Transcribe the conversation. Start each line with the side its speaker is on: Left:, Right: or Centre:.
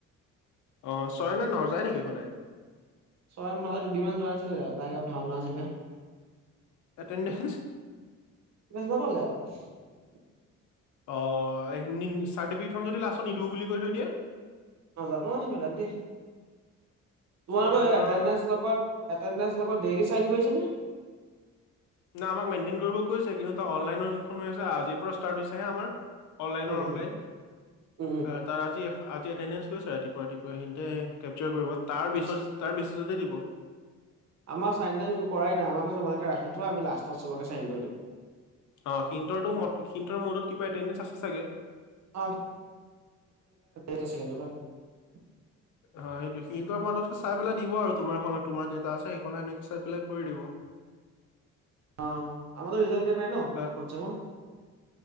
Left: অ', স্বয়নে ন যায় নেকি সদায়?
Right: ছয়ন নহয় দুদিনমান যোৱা নাছিলে, তাৰ কিবা ভাওনা আছিলে।
Left: এতেন্দেঞ্চ।
Right: মেছেজ <inaudible>
Left: অ', চাৰ্টিফিকেট খন যদি লাষ্টত নিদিও বুলি কৈ থৈ দিয়ে?
Right: নাজানো আৰু সেইবিলাক দেই। তোমালোকৰ
Left: চয়নৰ
Right: এই এতেন্দেঞ্চ লগত, এতেণ্ডেঞ্চ লগত ডেইলি চাইন কৰিছেনে?
Left: না আমাক মেইনটেইন কৰিব কৈছে, কিন্তু তাৰ অনলাইনৰ যোনখন হৈ আছে আজিৰ পৰা ষ্টাৰ্ট হৈছেহে আমাৰ অনলাইন
Right: উম
Left: আৰু
Right: উম
Left: অফলাইন,
Right: উম উম
Left: আ তাৰ আজি, আজি এটেণ্ডেঞ্চ লৈছে ৰাতিপুৱা ৰাতিপুৱা সিহঁতে কেপচাৰ কৰিব, তাৰ পিছত,
Right: আচ্ছা
Left: তাৰ পিছতেই দিব।
Right: আমাৰ চাইন তাইন একো কৰাই নাই, আমাক কৈছে তোমালোকে ৰাখি থোৱা, আমি লাষ্টত চবকে চাইন কৰি দিম।
Left: অ', সিনটৰটো মত সিনটোৰ ম'ডত কিবা অতেন্দেন্স আছে চাগে।
Right: অ <unintelligible>
Left: হয় সেইটো সিহতৰ মানত চাই পেলাই দিব আৰু তোমাৰত তোমাৰ কেইটা আছে সেইখননে সেনেকে চাই পেলাই কৰি দিব। <inaudible>
Right: অ', আমাৰতো ৰিজাল্ট দিয়া নাই ন?
Left: বাক
Right: ফৌৰ্থ ছেমৰ?